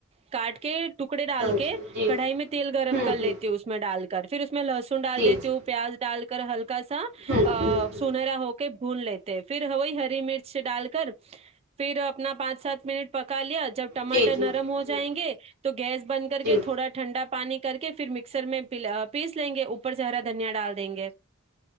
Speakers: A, on the right; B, on the right.
A: کاٹ کے ٹکڑے ڈال
B: ہاں
A: کے
B: جی جی
A: کڑھائی میں تیل گرم
B: ہوں
A: کر لیتی
B: ہوں
A: اس میں ڈال کے کرھر میں لہسن ڈال
B: جی
A: دیتی
B: جی
A: ہوں پیاز ڈال کے کر ہلکا س
B: ہوں
A: ا
B: ہوں ہوں
A: سنرا ہو کہ بھون لیتے پھر ہوئی ہری مرچ ڈال کر پھر اپنا پانچ سات منٹ پکا لیا جب ٹماٹر
B: جی جی
A: نرم ہو
B: جی
A: جائیں گے تو گیس بند کر
B: جی
A: کے تھوڑا ٹھنڈا پانی کر کے پھر مکسر میں پیس لیں گے اوپر چہرا دھنیا ڈال دیں گے